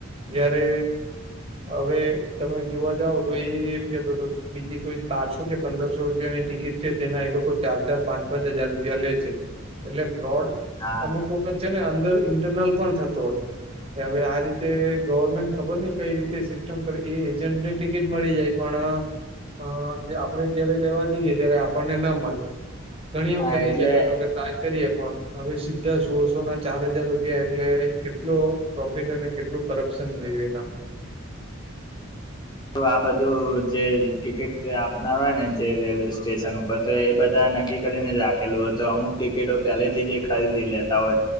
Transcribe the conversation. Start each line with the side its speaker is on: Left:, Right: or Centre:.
Right: જ્યારે હવે, તમે જોવા જાવ તો એ એમ કેતો તો હતો. બીજી કોઈ બારસો કે પંદરસો રૂપિયાની ટિકિટ છે, તેના એ લોકો ચાર ચાર, પાંચ પાંચ હજાર રૂપિયા લે છે.. એટલે ફ્રોડ
Left: હા
Right: અમુક વખત છે ને, અંદર ઇન્ટરનલ પણ થતો હોય. હવે, આ રીતે ગવર્મેન્ટ ખબર નઈ કઈ રીતે સિસ્ટમ કરે, એ એજન્ટને ટિકિટ મળી જાય. પણ અ અ જે આપણેે જયારે લેવા જઈએ, ત્યારે આપણને ના મળે. ઘણી
Left: હા
Right: વખતે
Left: એટલે
Right: કેહતો હતો કે ટ્રાય કરીએ પણ હવે, સીધા સોળો સો ના ચાર હજાર રૂપિયા એટલે કેટલો પ્રોફિટ અને કેટલું કરપ્શન થયું એના
Left: તો આ બધું જે ટિકિટ આપનાર હોયને, જે રેલવે સ્ટેશન ઉપર તો એ બધા નક્કી કરીને રાખેલું હોય, તો અમુક ટિકિટો પહેલેથી જે ખરીદી લેતા હોય.